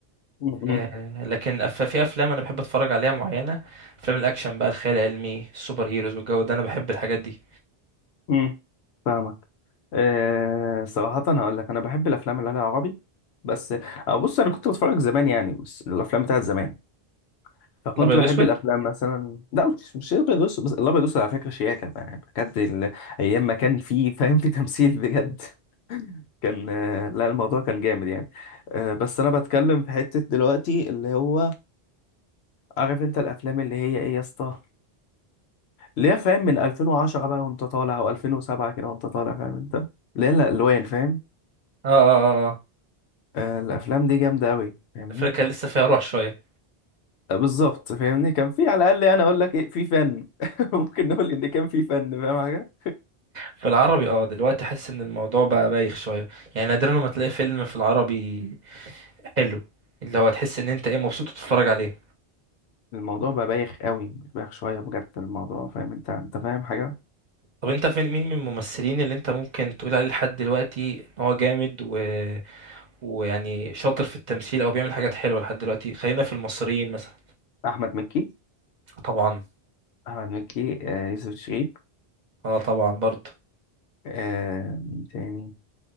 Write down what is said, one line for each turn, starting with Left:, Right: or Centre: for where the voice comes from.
Left: م-
Right: آه،
Left: م-
Right: لكن أف- في افلام انا بحب اتفرج عليها معينه افلام الاكشن بقى الخيال العلمي السوبر هيروز والجو ده انا بحب الحاجات دي
Left: م- فاهمك أه صراحة هقول لك أنا بحب الأفلام اللي عليها عربي بس أه بص أنا كنت بتفرج زمان يعني بس الأفلام بتاعت زمان فكنت
Right: الابيض
Left: بحب
Right: واسود
Left: الأفلام مثلا لا مش مش الأبيض والأسود بس الأبيض والأسود على فكرة شياكة يعني بجد ال- أيام ما كان فيه فاهم في تمثيل بجد <laughs> كان آه، لا الموضوع كان جامد يعني أه بس أنا بتكلم في حتة دلوقتي اللي هو عارف أنت الأفلام اللي هي إيه يا اسطى اللي هي فاهم من 2010 بقى وانت طالع او 2007 كده وانت طالع فاهم انت اللي هي الالوان فاهم
Right: اه اه
Left: آه الافلام دي جامده قوي فاهمني
Right: فكان لسه فيها روح شويه
Left: آه، بالظبط فاهمني كان في على الاقل انا اقول لك ايه في فن <laughs> ممكن نقول ان كان في فن فاهم حاجه
Right: في العربي اه دلوقتي حاسس ان الموضوع بقى بايخ شويه يعني نادرا لما تلاقي فيلم في العربي حلو اللي هو تحس ان انت ايه مبسوط وتتفرج عليه
Left: الموضوع بقى بايخ قوي مش بايخ شويه بجد الموضوع فاهم انت انت فاهم حاجه
Right: طب انت فين مين من الممثلين اللي انت ممكن تقول عليه لحد دلوقتي ان هو جامد و... ويعني شاطر في التمثيل او بيعمل حاجات حلوه لحد دلوقتي خلينا في المصريين مثلا
Left: احمد مكي
Right: طبعا
Left: احمد مكي آه يوسف شريف
Right: اه طبعا برضه
Left: آه مين تاني